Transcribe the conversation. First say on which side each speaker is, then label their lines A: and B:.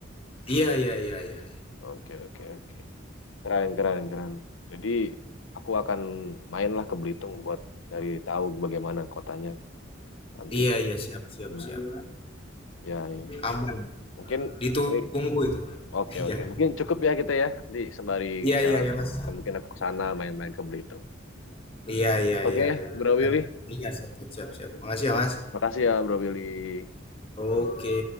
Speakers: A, on the left; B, on the left.
A: Iya iya iya iya.
B: Oke, oke, oke. keren keren keren jadi aku akan mainlah ke Belitung buat cari tahu bagaimana kotanya nanti
A: Iya iya siap siap
B: hmm,
A: siap.
B: ya ya
A: Aman.
B: mungkin
A: Ditunggu
B: ini
A: itu.
B: oke
A: Iya.
B: oke mungkin cukup ya kita ya nanti sembari
A: Iya
B: jalan
A: iya iya Mas.
B: ya, mungkin aku ke sana main-main ke Belitung
A: Iya iya
B: oke
A: iya iya.
B: Bro Willy
A: Iya siap siap siap. siap. Makasih ya Mas.
B: makasih ya Bro Willy
A: Oke.
B: Ya.